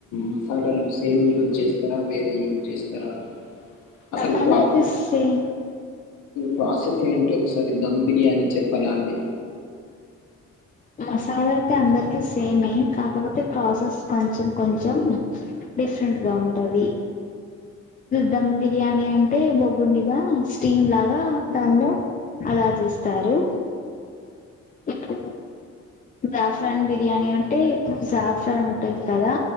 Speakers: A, on the left; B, on the left.
A: మసాలాలు సేమ్ యూజ్ చేస్తారా వేరే యూజ్ చేస్తారా? అసల్
B: మసాలా అయితే సేమ్
A: ప్రాసెస్ ఏంటి ఒకసారి ధమ్ బిర్యానీ చెప్పారా అండి
B: మసాలా అయితే అందరికి సేమే కాకపోతే ప్రాసెస్ కొంచం కొంచం డిఫరెంట్గా ఉంటది. ధమ్ బిర్యాణి అం అంటే బొగ్గు మీద స్టీమ్ లాగా దాన్లో అలా చేస్తారు. ఇప్పుడు జాఫ్రాన్ బిర్యానీ అంటే ఇప్పుడు జాఫ్రాన్ ఉంటది కదా